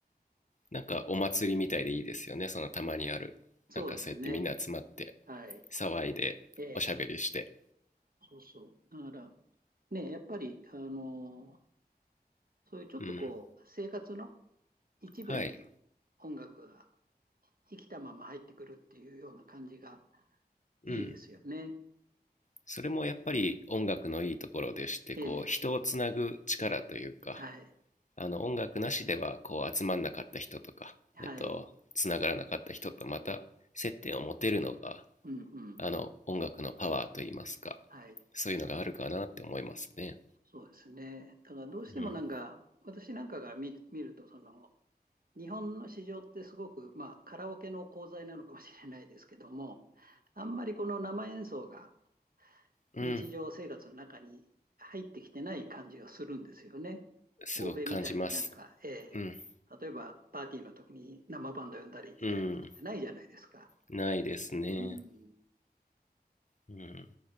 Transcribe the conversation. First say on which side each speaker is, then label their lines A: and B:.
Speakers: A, on the left (about 45°); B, on the right (about 60°).
A: なんかお祭りみたいでいいですよね。そのたまにある。
B: そうですね。
A: なんかそうやってみんな集まって
B: はい。
A: 騒いでおしゃべりして。
B: ええ、そうそう。だから、ね、やっぱり、あの、そういうちょっとこう、
A: うん。
B: 生活の一部に
A: はい。
B: 音楽が生きたまま入ってくるっていうような感じが
A: うん。
B: いいですよね。
A: それもやっぱり音楽のいいところでして、
B: ええ、
A: こう人をつなぐ力というか、
B: はい、
A: あの音楽なしではこう集まんなかった人とか、
B: はい、
A: えっと、つながらなかった人とまた接点を持てるのが、
B: うんうん、
A: あの音楽のパワーといいますか、
B: はい、
A: そういうのがあるかなって思いますね。
B: そうですね。だからどうしてもなんか、
A: うん。
B: 私なんかが見、見ると、その、日本の市場ってすごく、まあ、カラオケの功罪なのかもしれないですけども、あんまりこの生演奏が
A: うん。
B: 日常生活の中に入ってきてない感じがするんですよね。
A: すごく感じます。
B: 欧米みたいになんか、えー
A: うん。
B: 例えばパーティーの時に生バンド呼んだりみたいなことってないじゃないですか。
A: うん、ないですね。
B: うん。
A: うん。